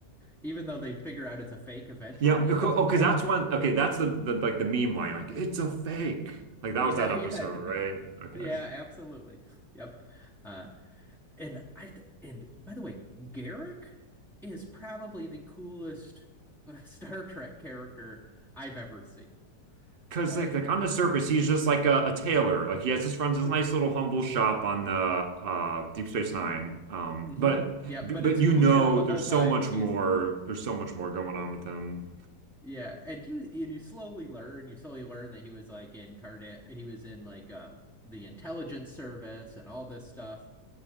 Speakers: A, in the centre; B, on the right.
A: Even though they figure out it's a fake eventually,
B: Yeah,
A: it
B: oh,
A: doesn't
B: because
A: matter.
B: that's one. Okay, that's the, the like the meme line, like it's a fake. Like
A: Yeah,
B: that was that
A: <laughs>
B: episode,
A: yeah. <laughs>
B: right? Okay.
A: Yeah, absolutely. Yep. Uh and I th- and by the way, Garrick is probably the coolest <laughs> uh, Star Trek character I've ever seen.
B: Because
A: Uh
B: like like on the surface, he's just like a, a tailor. Like he has just runs his
A: <laughs>
B: nice little humble shop on the uh, Deep Space Nine. Um,
A: hmm
B: but
A: Yeah,
B: but
A: but it's clear
B: you know,
A: the whole
B: there's
A: time.
B: so much
A: He's
B: more. There's so much more going on with him.
A: yeah, and you and you slowly learn, you slowly learn that he was like in Carda he was in like um the intelligence service and all this stuff.